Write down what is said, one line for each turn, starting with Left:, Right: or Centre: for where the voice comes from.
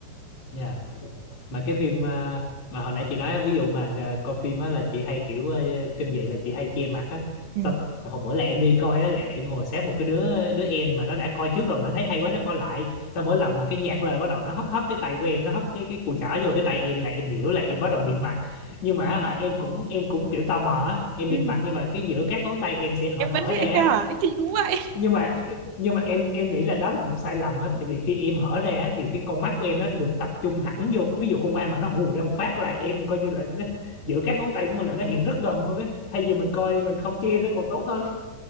Left: yeah. mà cái phim ờ, mà hồi nãy chị nói á, ví dụ mà ờ, coi phim á là chị hay kiểu ờ, kinh dị là chị hay che mặt á
Right: Ừ.
Left: xong hồi bữa là em đi coi á là em ngồi sát một cái đứa đứa em mà nó đã coi trước rồi mà nó thấy hay quá nó coi lại xong mỗi lần mà cái nhạc lên bắt đầu nó hất hất cái tay của em nó hất cái cái cùi chỏ vô cái tay em là em hiểu là em bắt đầu bịt mặt nhưng mà á, hả, em cũng em cũng kiểu tò mò á em
Right: Ừ.
Left: bịt mặt nhưng mà cái giữa các ngón tay em sẽ hở
Right: Em vẫn
Left: hở
Right: thế
Left: ra á
Right: hả? Chị cũng vậy.
Left: nhưng mà nhưng mà em em nghĩ là đó là một sai lầm đó tại vì khi em hở ra á, thì cái con mắt của em nó được tập trung hẳn vô ví dụ con ma mà nó hù ra một phát là em coi như là nó, giữa các ngón tay của mình là nó hiện rất gần luôn ấy thay vì mình coi mình không che nó còn tốt hơn